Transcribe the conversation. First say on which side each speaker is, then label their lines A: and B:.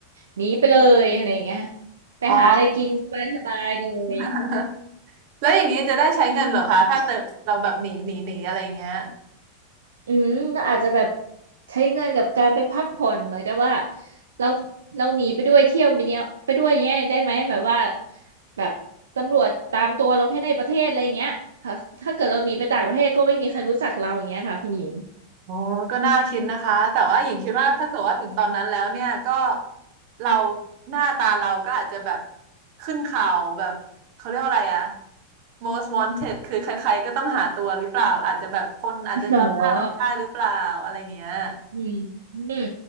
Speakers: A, on the right (about 65°); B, on the right (about 45°).
A: หนีไปเลยอะไรอย่างเงี้ยไปหาอะไรกินสบายๆเลย
B: อ๋อ <laughs> แล้วอย่างนี้จะได้ใช้เงินเหรอคะถ้าเราแบบหนีหนีหนีอะไรอย่างเงี้ย
A: อืมเราอาจจะแบบใช้เงินกับการไปพักผ่อนเหมือนกับว่าเราเราหนีไปด้วยเที่ยวไปเนี้ยไปด้วยเนี้ยได้ไหมแบบว่าแบบตำรวจตามตัวเราแค่ในประเทศอะไรอย่างเงี้ยถ้าถ้าเกิดเราหนีไปต่างประเทศก็ไม่มีใครรู้จักเราอย่างเงี้ยค่ะคุณหญิง
B: อ๋อก็น่าคิดนะคะแต่ว่าหญิงคิดว่าถ้าเกิดว่าถึงตอนนั้นแล้วเนี่ยก็เราหน้าตาเราก็อาจจะแบบขึ้นข่าวแบบเขาเรียกว่าอะไรอะ most wanted คือใครๆก็ต้องหาตัวหรือเปล่าอาจจะแบบคนอาจจะจำหน้าเราได้หรือเปล่าอะไรเงี้ย
A: อ๋ออืมอืม